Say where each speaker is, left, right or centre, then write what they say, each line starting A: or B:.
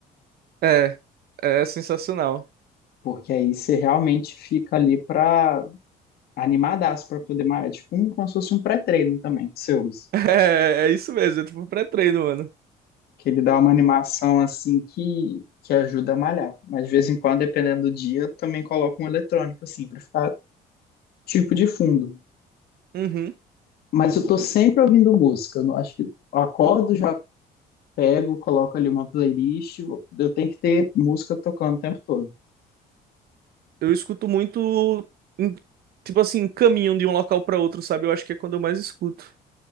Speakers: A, on the right; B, on the left.
A: É, é sensacional. <laughs>
B: Porque aí você realmente fica ali para animadaço para poder malhar. É Tipo, um, como se fosse um pré-treino também que você usa.
A: É, é isso mesmo, é tipo pré-treino, mano.
B: Que ele dá uma animação assim que, que ajuda a malhar. Mas de vez em quando, dependendo do dia, eu também coloco um eletrônico assim, para ficar tipo de fundo.
A: Uhum.
B: Mas eu tô sempre ouvindo música. Eu não acho que eu acordo já pego, coloco ali uma playlist. Eu tenho que ter música tocando o tempo todo.
A: Eu escuto muito, em- tipo assim, caminho de um local pra outro, sabe? Eu acho que é quando eu mais escuto.